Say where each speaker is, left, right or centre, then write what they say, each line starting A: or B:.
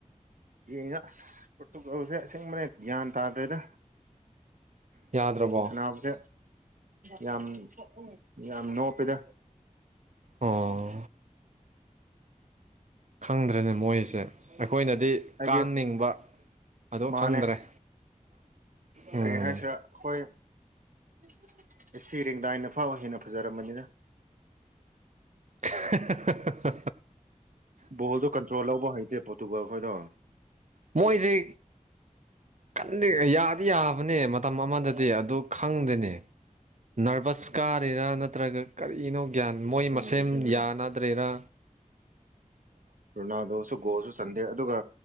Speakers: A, on the right; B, on the right.
A: ꯌꯦꯡꯉꯥ ꯑꯁ ꯄꯣꯔꯇꯨꯒꯜꯁꯦ ꯑꯁꯦꯡꯕꯅ ꯒ꯭ꯌꯥꯟ ꯇꯥꯗ꯭ꯔꯦꯗ
B: ꯌꯥꯗ꯭ꯔꯕꯣ
A: ꯁꯅꯥꯕꯁꯦ ꯌꯥꯝ ꯌꯥꯝ ꯅꯣꯞꯄꯤꯗ
B: ꯑꯣ ꯈꯪꯗ꯭ꯔꯦꯅꯦ ꯃꯣꯏꯁꯦ ꯑꯩꯈꯣꯏꯅꯗꯤ
A: ꯍꯥꯏꯗꯤ
B: ꯀꯪꯅꯤꯡꯕ ꯑꯗꯣ
A: ꯃꯥꯅꯦ
B: ꯈꯪꯗ꯭ꯔꯦ ꯎꯝ
A: ꯀꯔꯤ ꯍꯥꯏꯁꯤꯔꯥ ꯑꯈꯣꯏ <unintelligible> ꯐꯥꯎ ꯍꯦꯟꯅ ꯐꯖꯔꯝꯕꯅꯤꯗ
B: <unintelligible>
A: ꯕꯣꯜꯣ ꯀꯟꯇ꯭ꯔꯣꯜ ꯂꯧꯕ ꯍꯩꯇꯦ ꯄꯣꯔꯇꯨꯒꯜꯈꯣꯏꯗꯣ
B: ꯃꯣꯏꯖꯦ ꯀꯟꯗꯤ ꯌꯥꯗꯤ ꯌꯥꯕꯅꯦ ꯃꯇꯝ ꯑꯃꯗꯗꯤ ꯑꯗꯣ ꯈꯪꯗꯦꯅꯦ ꯅꯔꯚ꯭ꯁ ꯀꯥꯔꯤꯔꯥ ꯅꯠꯇ꯭ꯔꯒ ꯀꯔꯤꯅꯣ ꯒ꯭ꯌꯥꯟ ꯃꯣꯏ
A: ꯈꯪꯗꯦ
B: ꯃꯁꯦꯝ
A: ꯑꯁꯦꯡꯕ
B: ꯌꯥꯅꯗ꯭ꯔꯦꯔ
A: ꯔꯨꯅꯥꯗꯣꯁꯨꯒꯣꯜꯁꯨ ꯆꯟ ꯑꯦ ꯑꯗꯨꯒ